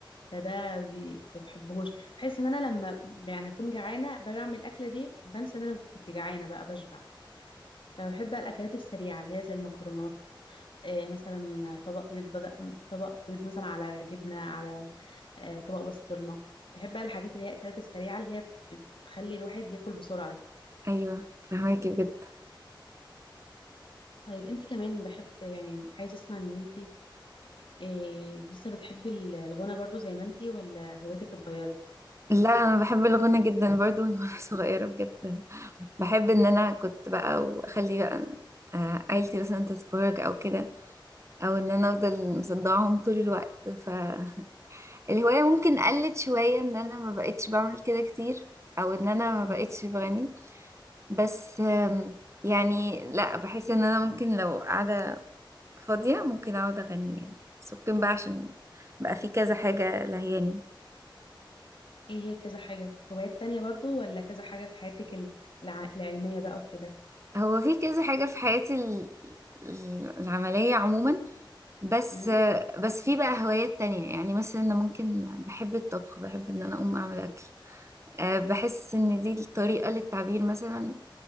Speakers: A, on the left (about 80°); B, on the right (about 35°).
A: فده بي... ما بحبهوش بحس ان انا لما يعني اكون جعانه باجي اعمل الاكله دي بنسى ان انا كنت جعانه بقى بشبع فبحب بقى الاكلات السريعه اللي هي زي المكرونات آه، مثلا طبق بيض بدأ طبق بيض مثلا على جبنة على آه، طبق بسطرمة بحب بقى الحاجات اللي هي الأكلات السريعة اللي هي بت- بتخلي الواحد ياكل بسرعة دي
B: ايوه فهماكي بجد
A: طيب انت كمان بحب يعني عايزة اسمع ان انت آه، لسه بتحبي ال- الغنى برضو زي ما انت ولا هوايتك اتغيرت
B: لا انا بحب الغنى جدا برضو من وانا <laughs> صغيرة بجد بحب ان انا كنت بقى واخلي بقى آه، عيلتي مثلا تتفرج او كده او ان انا افضل مصدعهم طول الوقت فالهواية ممكن قلت شوية ان انا ما بقتش بعمل كده كتير او ان انا ما
A: مم.
B: بقتش بغني بس آم، يعني لا بحس ان انا ممكن لو قاعدة فاضية ممكن اقعد اغني يعني بس ممكن بقى عشان بقى في كذا حاجة لهياني
A: ايه هي كذا حاجة هوايات تانية برضو ولا كذا حاجة في حياتك ال- الع- العلمية بقى وكده
B: هو في كذا حاجة في حياتي ال- ال- العملية عموما بس
A: مم.
B: آه، بس في بقى هوايات تانية يعني مثلا انا ممكن بحب الطبخ بحب ان انا اقوم اعمل اكل آه، بحس ان دي الطريقة للتعبير مثلا